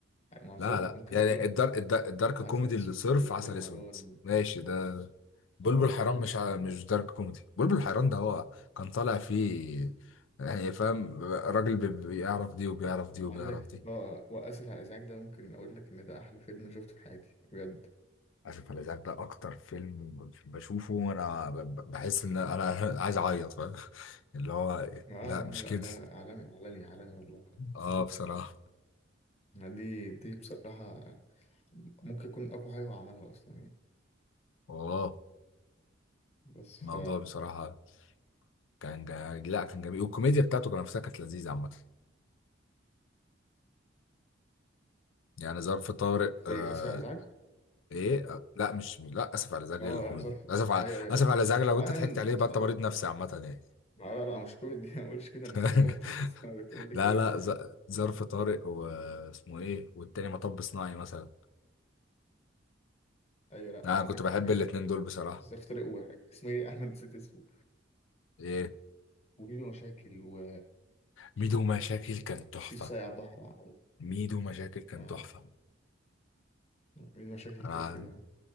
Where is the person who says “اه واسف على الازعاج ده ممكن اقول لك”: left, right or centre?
Left